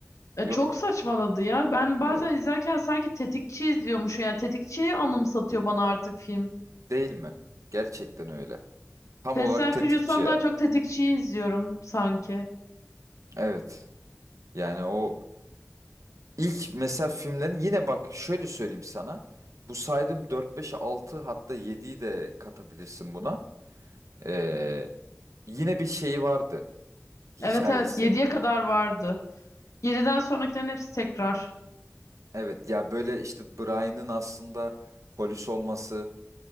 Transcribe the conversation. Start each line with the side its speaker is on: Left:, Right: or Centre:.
Left: E,
Right: Yok
Left: çok saçmaladı ya. Ben bazen
Right: evet
Left: izlerken sanki tetikçi izliyormuşum. Yani tetikçiyi anımsatıyor bana artık film.
Right: değil mi? Gerçekten öyle. Tam
Left: Fast
Right: olarak
Left: and
Right: tetikçi
Left: Furious'tan
Right: ya.
Left: daha çok tetikçiyi izliyorum sanki.
Right: Evet. Yani o İlk mesela filmlerin yine bak şöyle söyleyeyim sana. Bu saydığım dört beş altı hatta 7'yi de katabilirsin buna. Ee, yine bir şeyi vardı. Hikayesi.
Left: Evet evet Yediye kadar vardı. Yediden sonrakilerin hepsi tekrar.
Right: Evet ya böyle işte Brian'ın aslında polis olması,